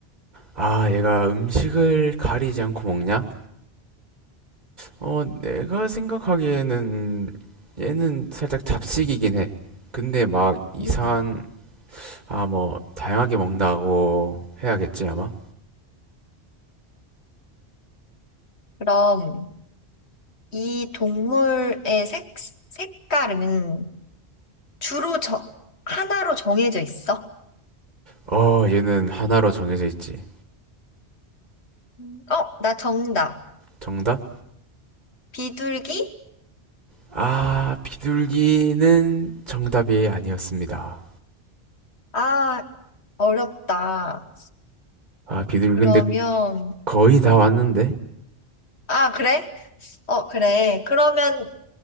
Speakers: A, on the right; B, on the left.
A: 아, 얘가 음식을 가리지 않고 먹냐? 어, 내가 생각하기에는 얘는 살짝 잡식이긴 해. 근데 막 이상한,
B: 음.
A: 아, 뭐, 다양하게 먹는다고 해야겠지, 아마?
B: 그럼 이 동물의 색, 색깔은 주로 저, 하나로 정해져 있어?
A: 어, 얘는 하나로 정해져 있지.
B: 음. 어, 나 정답.
A: 정답?
B: 비둘기?
A: 아, 비둘기는 정답이 아니었습니다.
B: 아, 어렵다.
A: 아, 비둘기
B: 그러면,
A: 근데 거의 다 왔는데?
B: 아, 그래? 어, 그래. 그러면